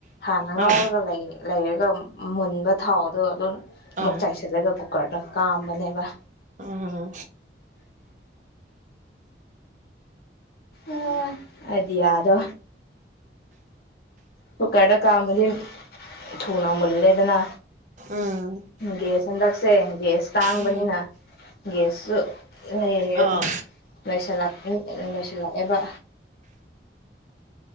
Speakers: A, on the left; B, on the right.
A: ꯍꯥꯟꯅ ꯉꯧꯔꯒ
B: ꯑꯥ
A: ꯂꯩ ꯂꯩꯔꯒ ꯃꯨꯟꯕ ꯊꯥꯎꯗꯣ ꯑꯗꯨꯝ
B: ꯑꯥ
A: ꯃꯨꯛ ꯆꯥꯁꯜꯂꯒ ꯀꯣ ꯀꯨꯀꯔꯗ ꯀꯥꯝꯕꯅꯦꯕ
B: ꯎꯝ
A: ꯑ ꯑꯗꯤ ꯌꯥꯗꯣ ꯀꯨꯀꯔꯗ ꯀꯥꯝꯝꯕꯗꯤ ꯊꯨꯅ ꯃꯨꯜꯂꯦꯗꯅ
B: ꯎꯝ
A: ꯒ꯭ꯌꯥꯁ ꯍꯟꯗꯛꯁꯦ ꯒ꯭ꯌꯥꯁ ꯇꯥꯡꯕꯅꯤꯅ
B: ꯎꯝ
A: ꯒ꯭ꯌꯥꯁꯁꯨ ꯂꯩꯔꯦ
B: ꯑꯥ
A: ꯂꯩꯁꯜꯂꯛꯅꯤ ꯂꯣꯏꯁꯤꯜꯂꯛꯑꯦꯕ